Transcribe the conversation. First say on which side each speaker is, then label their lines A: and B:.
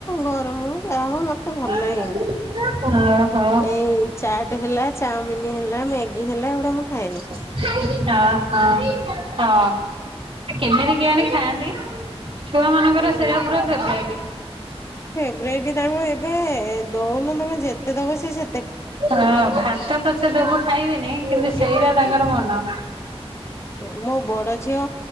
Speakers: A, on the left (about 25°); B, on the right (about 65°).
A: ଗରମ ହଉ ଯାହା ହଉ ମତେ। ମତେ ଭଲ
B: ଓହୋ
A: ଲାଗେ ନି
B: ଓହୋ।
A: ଏଇ। ଚାଟ୍ ହେଲା ଚାଓମିନ୍ ହେଲା ମ୍ୟାଗି ହେଲା ଏଗୁଡ଼ା ମୁଁ ଖାଏନି।
B: ଅହ ହଁ। କେମିତି କେଜାଣି ଖାଆନ୍ତି? ଛୁଆମାନଙ୍କର ସେରା ପୁରା ଫେବ୍ରାଇଟି।
A: ଫେବ୍ରାଇଟ ତାଙ୍କୁ ଏବେ ଦଉନ ତମେ ଯେତେ ଦବ ସିଏ ସେ
B: ହଁ ଭାତ ପଛେ ଦବ ଖାଇବେନି କିନ୍ତୁ ସେଇଟା ତାଙ୍କର ମନ।
A: ମୋ ବଡ଼ ଝିଅ